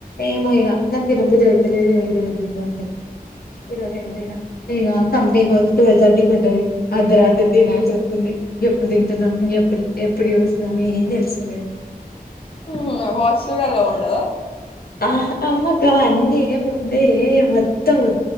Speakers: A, on the left; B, on the left.
A: ఏమో ఇగ నాకి తినబుద్ధైతలేదు. <unintelligible> ఈ రోజు ఎమ్ తిన ఇగ కంపెనీ పోతే ట్వెల్వ్ థర్టీకి ఉంటది. అర్ధరాత్రి తినాల్సి ఒస్తుంది. ఎప్పుడు తింటున్నాము ఎప్పుడు ఎప్పుడు చూస్తున్నాము ఏం తెలుస్తలేదు.
B: ఊ వాచ్స్ కూడ అలోవ్ ఉండద
A: ఆహ్ అమ్మగవన్నీ ఏముండయే, మొత్తం ఉ